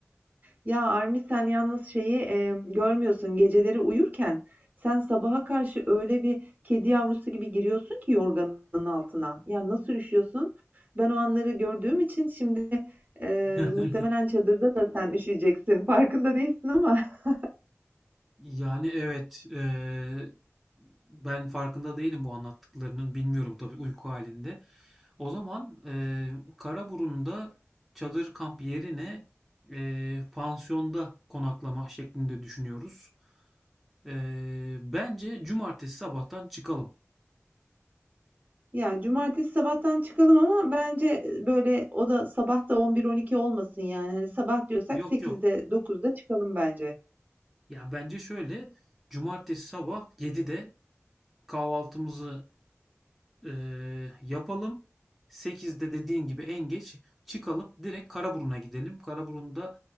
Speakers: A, on the right; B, in the centre.
A: Ya Armi sen yalnız şeyi e, görmüyorsun. Geceleri uyurken sen sabaha karşı öyle bir kedi yavrusu gibi giriyorsun ki yorganın altına. Ya nasıl üşüyorsun? Ben o anları gördüğüm için şimdi e,
B: <laughs>
A: muhtemelen çadırda da sen üşüyeceksin. <laughs> Farkında değilsin ama. <laughs>
B: Yani evet eee, ben farkında değilim bu anlattıklarının. Bilmiyorum tabii uyku halinde. O zaman eee Karaburun'da çadır kamp yerine eee, pansiyonda konaklama şeklinde düşünüyoruz. Eee, bence cumartesi sabahtan çıkalım.
A: Ya cumartesi sabahtan çıkalım ama bence e, böyle o da sabah da 11-12 olmasın yani. Hani sabah diyorsak
B: Yok
A: 8'de
B: yok.
A: 9'da çıkalım bence.
B: Ya bence şöyle, cumartesi sabah 7'de kahvaltımızı eee, yapalım. 8'de dediğin gibi en geç çıkalım. Direkt Karaburun'a gidelim. Karaburun'da